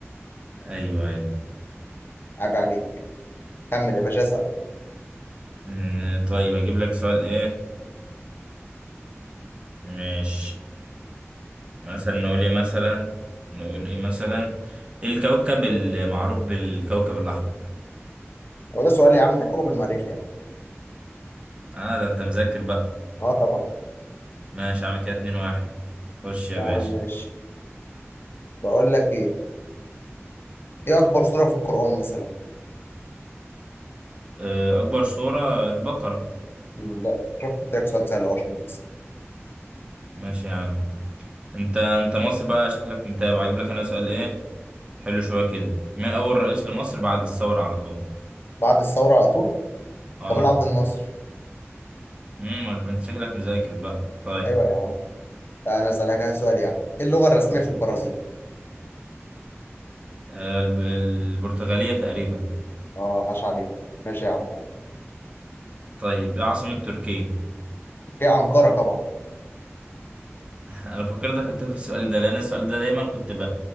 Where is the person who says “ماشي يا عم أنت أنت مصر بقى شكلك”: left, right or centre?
Right